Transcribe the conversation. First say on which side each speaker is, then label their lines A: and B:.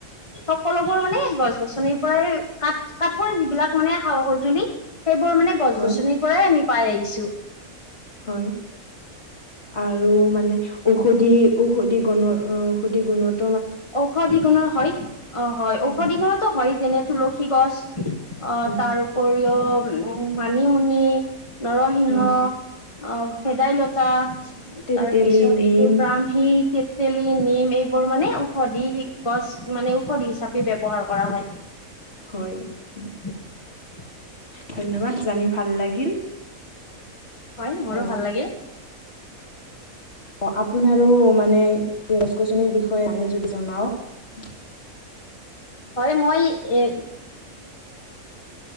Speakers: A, on the left; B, on the left.
A: সকলোবোৰ মানে গছ-গছনিৰ পৰাই কাঠ কাঠৰ যিবিলাক মানে সা-সঁজুলি সেইবোৰ মানে গছ
B: হয়
A: গছনিৰ পৰাই আমি পাই আহিছোঁ।
B: হয় আৰু মানে ঔষধি সুদি গুণৰ অ সুদি গুণত
A: ঔষধি গুণৰ হয় অ হয় ঔষধি
B: উম
A: গুণতো হয় যেনে তুলসী গছ অহ
B: উম
A: তাৰ উপৰিও উ মানিমুনি নৰসিংহ
B: উম
A: অ ভেদাইলতা
B: তেতেলী
A: তাৰ পিছত এইটো
B: নিম
A: ব্ৰাহ্মী, তেতেলী, নিম এইবোৰ মানে ঔষধি গছ মানে ঔষধ হিচাপে ব্যৱহাৰ কৰা হয়।
B: হয়
A: <unintelligible>
B: উম, ধন্যবাদ জানি ভাল লাগিল।
A: হয় মোৰো
B: অ
A: ভাল লাগিল
B: অ আপুনি আৰু মানে গছ-গছনিৰ বিষয়ে জানে যদি জনাওক।
A: হয় মই এ